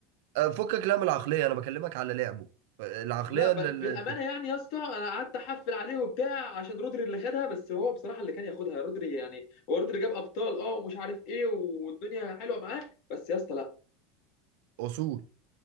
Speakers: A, on the right; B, on the left.
A: آه، فكك لا من العقليه انا بكلمك على لعبه آه، العقليه
B: لا بل
A: اللي
B: بالامانه يعني يا اسطى انا قعدت احفل عليه وبتاع عشان رودري اللي خدها بس هو بصراحه اللي كان ياخدها رودري يعني هو رودري جاب ابطال اه ومش عارف ايه والدنيا حلوه معاه بس يا اسطى لا
A: اصول